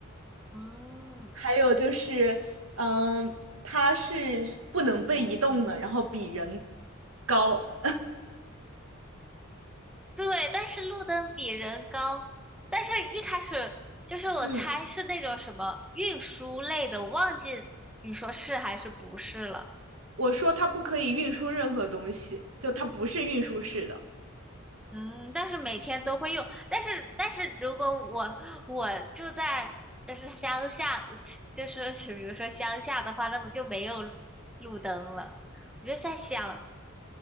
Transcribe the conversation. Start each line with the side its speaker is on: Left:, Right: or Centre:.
Centre: 嗯，
Right: 还有就是，嗯，它是不能被移动的，然后比人高。
Centre: 对，但是路灯比人高，但是一开始就是我猜是那种什么运输类的，
Right: 嗯，
Centre: 我忘记你说是还是不是了。
Right: 我说它不可以运输任何东西，就它不是运输式的。
Centre: 嗯，但是每天都会用，但是但是如果我我住在就是乡下，<laughs> 就是比如说乡下的话，那不就没有路路灯了？我就在想，